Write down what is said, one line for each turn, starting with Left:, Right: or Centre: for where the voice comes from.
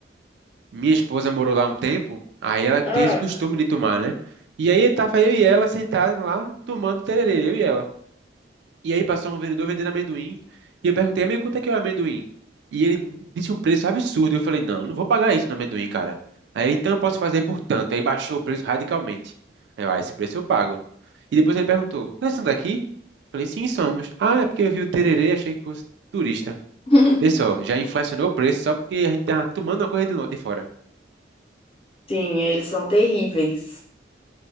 Right: Minha esposa morou lá um tempo, aí ela tem
Left: Ah.
Right: esse costume de tomar, né? E aí tava eu e ela sentados lá, tomando tererê, eu e ela. E aí passou um vendedor vendendo amendoim. E eu perguntei, amigo, quanto é que é o amendoim? E ele disse um preço absurdo. Eu falei, não, não vou pagar isso no amendoim, cara. Aí ele, então eu posso fazer por tanto. Aí baixou o preço radicalmente. Aí eu, ah, esse preço eu pago. E depois ele perguntou, vocês são daqui? Eu falei, sim, somos. Ah, é porque eu vi o tererê, achei que fosse turista.
Left: <laughs>
Right: Pessoal, já inflacionou o preço só porque a gente tá tomando uma coisa de lo- de fora.
Left: Sim, eles são terríveis.